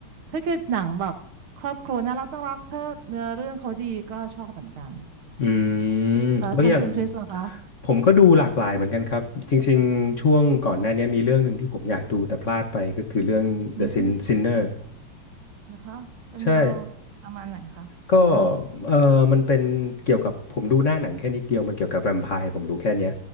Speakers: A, on the right; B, on the left.
A: ถ้าเกิดหนังแบบครอบครัวน่ารักน่ารักถ้าเนื้อเรื่องเขาดีก็ชอบเหมือนกัน
B: อืมแล้วอย่าง
A: แล้วทางคุณคริสล่ะคะ
B: ผมก็ดูหลากหลายเหมือนกันครับ จริงๆช่วงก่อนหน้านี้มีเรื่องหนึ่งที่ผมอยากดูแต่พลาดไปก็คือเรื่อง
A: อืม
B: The Sin Sinner
A: เหรอคะ เป็นแนว
B: ใช่
A: ประมาณไหนคะซินเนอร์
B: ก็เออมันเป็นเกี่ยวกับผมดูหน้าหนังแค่นิดเดียวมันเกี่ยวกับแวมไพร์ผมรู้แค่เนี้ย